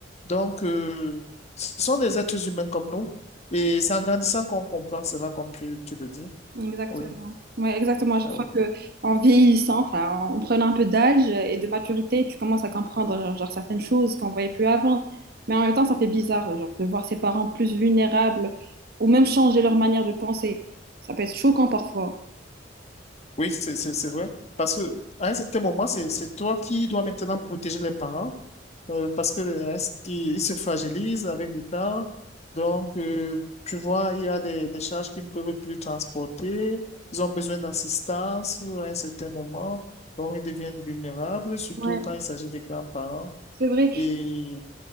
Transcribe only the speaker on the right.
Exactement.
Ouais, exactement. Je
crois que en vieillissant, enfin, en prenant un peu d'âge et de maturité, tu commences à comprendre genre, certaines choses qu'on voyait plus avant. Mais en même temps, ça fait bizarre, genre, de voir ses parents plus vulnérables ou même changer leur manière de penser. Ça peut être choquant parfois.
Ouais,
c'est vrai.